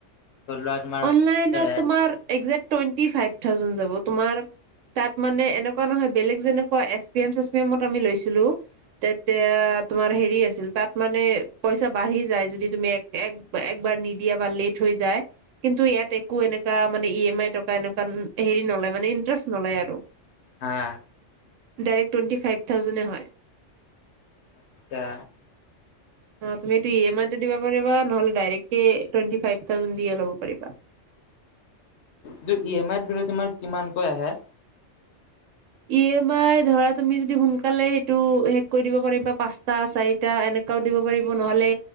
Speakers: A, on the left; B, on the right.
A: ধৰি লোৱা তোমাৰ
B: অনলাইন তো
A: এ
B: তোমাৰ এক জেক টোৱেইন তি ফাই থাও জেন জাব তোমাৰ তাত মানে এনেকুৱা নহয় বেলেগ যেনেকুৱা এছ পি এম চে পি এমত আমি লৈছিলো তেতিয়া তোমাৰ হেৰি আছিল তাত মানে পইচা বাঢ়ি যাই যদি তুমি এ এবাৰ নিদিয়া বালি থৈ যায়। কিন্তু ইয়াত একো এনেকুৱকা মানে ই এম আই টকা এনেকুৱা হেৰি নলয় মানে ইণ্টাৰেষ্ট নলয় আৰু।
A: হা
B: ডাইৰেক্ট টোৱণ্টি ফাইভ থাউজেণ্ডে হয়।
A: আচ্ছা।
B: অ, তুমিটো ই এমই দিব পাৰিবা নহলে ডাইৰেক্টকে টুৱেন্টি ফাইভ থাউজেণ্ড দি লব পাৰিবা।
A: ত ই এম আইৰ দৰে তোমাৰ কিমানকৈ আহে।
B: ই এম আই ধৰা তুমি যদি সোনকালে সেইটো শেষ কৰি দিব পাৰিবা পাচটা চাৰিটা এনে কে দিব পাৰিবা নহ'লে